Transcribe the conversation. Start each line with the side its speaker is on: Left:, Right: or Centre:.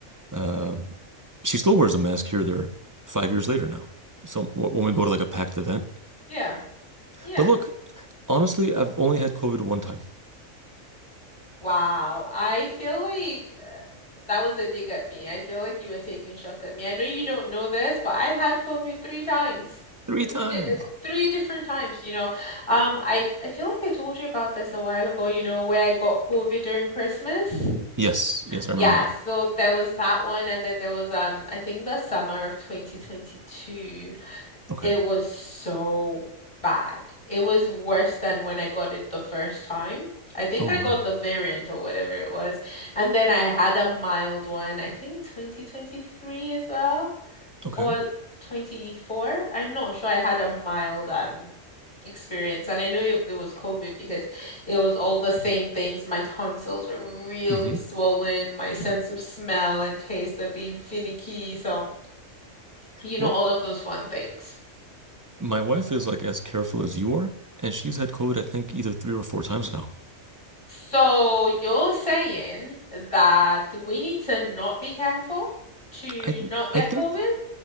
Right: Um, she still wears a mask here, or there, five years later now. So when we go to like a packed event,
Left: Yeah. Yeah.
Right: but look, honestly, I've only had COVID one time,
Left: Wow, I feel like uh, that was a dig at me. I feel like you were taking shots at me. I know you don't know this, but I've had COVID three times.
Right: three
Left: Three
Right: times.
Left: di uh, three different times, you know. Um, I I feel like I told you about this a while ago, you know, where I got COVID during Christmas.
Right: Yes, yes, I
Left: Yeah,
Right: remember that.
Left: so there was that one and then there was um I think the summer of 2022.
Right: Okay.
Left: It was so bad. It was worse than when I got it the first time. I think
Right: Oh
Left: I
Right: wow.
Left: got the variant or whatever it was. And then I had a mild one, I think 2023 as well,
Right: Okay.
Left: or 24. I'm not sure. I had a mild um experience. And I knew it, it was COVID because it was all the same things. My tonsils were really
Right: hmm
Left: swollen. My sense of smell and taste were being finicky. So, you know,
Right: Well,
Left: all of those fun things.
Right: my wife is like as careful as you are, and she's had COVID, I think, either three or four times now.
Left: So you're saying that we need to not be careful to
Right: I th-
Left: not get
Right: I think
Left: COVID?